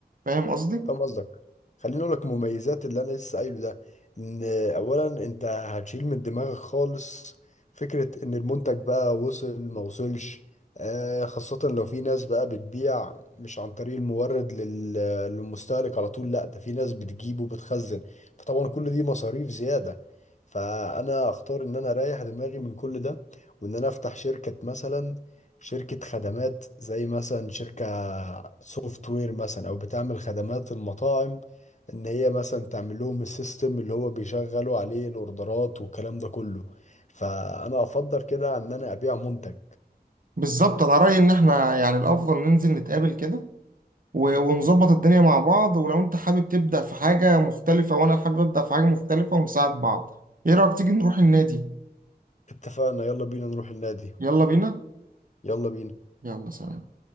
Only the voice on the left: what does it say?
فاهم قصدك خليني اقول لك مميزات اللي انا لسه قايله ده ان اولا انت هتشيل من دماغك خالص فكره ان المنتج بقى وصل ما وصلش آه، خاصه لو في ناس بقى بتبيع مش عن طريق المورد لل- للمستهلك على طول لا ده في ناس بتجيب وبتخزن فطبعا كل دي مصاريف زياده فانا اختار ان انا اريح دماغي من كل ده وان انا افتح شركه مثلا شركة خدمات زي مثلا شركة سوفت وير مثلا أو بتعمل خدمات المطاعم إن هي مثلا تعمل لهم السيستم اللي هو بيشغلوا عليه الأوردرات والكلام ده كله فأنا أفضل كده عن إن أنا أبيع منتج
اتفقنا يلا بينا نروح النادي
يلا بينا